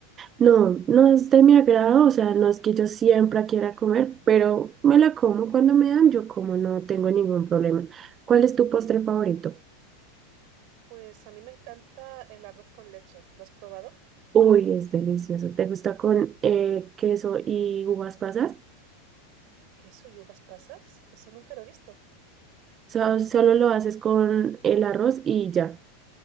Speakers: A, on the right (about 30°); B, on the right (about 55°).
A: No, no es de mi agrado, o sea, no es que yo siempre quiera comer, pero me la como cuando me dan, yo como no tengo ningún problema. ¿Cuál es tu postre favorito?
B: Pues a mí me encanta el arroz con leche. ¿Lo has probado?
A: Uy, es delicioso. ¿Te gusta con eh, queso y uvas pasas?
B: ¿Queso y uvas pasas? Eso nunca lo he visto.
A: So- solo lo haces con el arroz y ya.